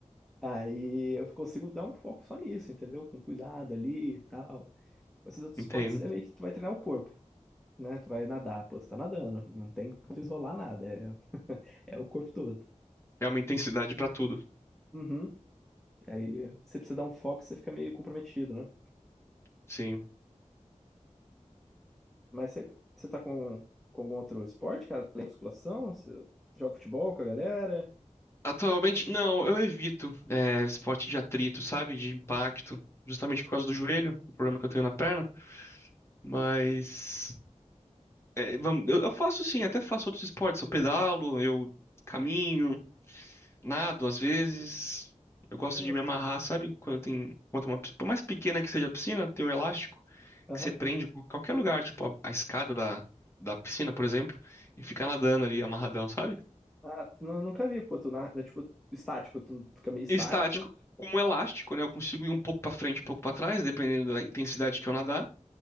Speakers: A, in the centre; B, on the left.
A: Aí eu consigo dar um foco só nisso, entendeu? Com cuidado ali e tal. Com esses outros
B: Entendo.
A: esportes é meio que tu vai treinar o corpo. né? Tu vai nadar, pô, tu tá nadando, não tem como tu isolar nada, é, <laughs> é o corpo todo.
B: É uma intensidade pra tudo.
A: Uhum. Aí você precisa dar um foco, você fica meio comprometido, né?
B: Sim.
A: Mas você, você tá com, com algum outro esporte, cara? Além da musculação? Você joga futebol com a galera?
B: Atualmente, não, eu evito é, esporte de atrito, sabe? De impacto, justamente
A: Hum,
B: por causa do joelho, o problema que eu tenho na perna. Mas é, vamos, eu, eu faço sim, até faço outros esportes. Eu pedalo, eu caminho, nado às vezes. Eu gosto
A: ué.
B: de me amarrar, sabe? Quando tem, quando tem uma, pi- por mais pequena que seja a piscina, tem um elástico
A: Aham.
B: que você prende em qualquer lugar, tipo a, a escada da, da piscina, por exemplo, e fica nadando ali amarradão, sabe?
A: Ah, nu- nunca vi, pô, tu nada, é tipo estático, tu fica meio estático.
B: estático com um elástico, né? Eu consigo ir um pouco pra frente, um pouco pra trás, dependendo da intensidade que eu nadar.